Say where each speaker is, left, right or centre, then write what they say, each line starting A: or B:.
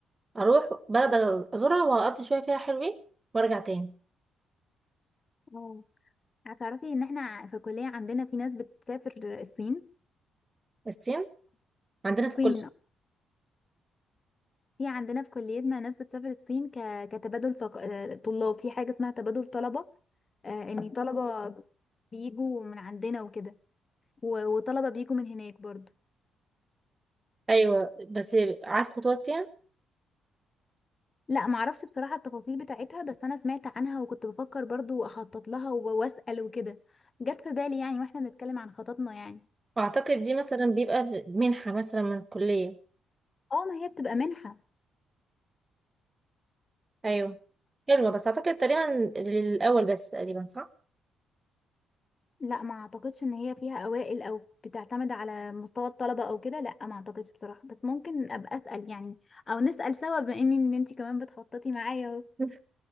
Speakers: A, on the right; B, on the left.
A: اروح بلد ازورها واقضي شويه فيها حلوين وارجع تاني
B: اه هتعرفي ان احنا في الكلية عندنا في ناس بتسافر الصين
A: الصين عندنا
B: الصين
A: في كل
B: في عندنا في كليتنا ناس بتسافر الصين ك... كتبادل ثق... آه، طلاب في حاجة اسمها تبادل طلبة آه، ان طلبة بيجوا من عندنا وكده و- وطلبة بيجوا من هناك برضو
A: ايوه بس عارف خطوات فيها
B: لا معرفش بصراحة التفاصيل بتاعتها بس انا سمعت عنها وكنت بفكر برضو اخطط لها و- واسأل وكده جت في بالي يعني واحنا بنتكلم عن خططنا يعني
A: واعتقد دي مثلا بيبقى منحه مثلا من الكليه
B: اه ما هي بتبقى منحة
A: ايوه حلوه بس اعتقد تقريبا للاول بس تقريبا صح
B: لا ما اعتقدش ان هي فيها اوائل او بتعتمد على مستوى الطلبه او كده لا ما اعتقدش بصراحه بس ممكن ابقى اسال يعني او نسال سوا بما ان ان انت كمان بتخططي معايا اهو
A: <laughs>